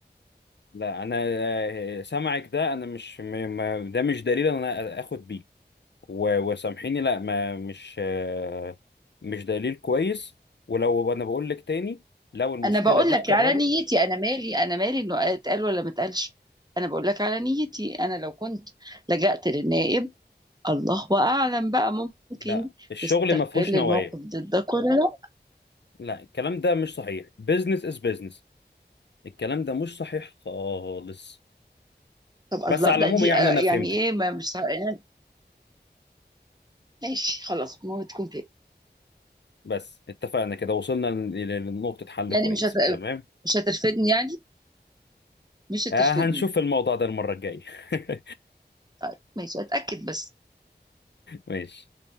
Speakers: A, on the left; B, on the right.
A: لا انا آه، سمعك ده انا مش م- ما- ده مش دليل إن انا اخد بيه و- وسامحيني لا ما مش آه، مش دليل كويس ولو انا بقول لك تاني لو المشكله
B: أنا بقول
A: دي
B: لك
A: اتكررت
B: على نيتي أنا مالي أنا مالي إنه اتقال ولا ما اتقالش أنا بقول لك على نيتي أنا لو كنت لجأت للنائب الله أعلم بقى ممكن
A: لا الشغل
B: يستغل
A: ما فيهوش نوايا
B: الموقف ضدك ولا لا
A: لا الكلام ده مش صحيح بيزنس از بيزنس الكلام ده مش صحيح خالص
B: طب
A: بس
B: الله
A: على
B: ده
A: العموم
B: دي
A: يعني
B: آه،
A: انا
B: يعني
A: فهمتك
B: ايه ما مش ه- يعني ماشي خلاص ما هو تكون كده
A: بس اتفقنا كده وصلنا ل- ل- لنقطه حل
B: يعني
A: كويسه
B: مش هت...
A: تمام
B: مش هترفدني يعني مش هترفدني
A: آه هنشوف الموضوع ده المره الجايه <laughs>
B: طيب ماشي اتاكد بس
A: ماشي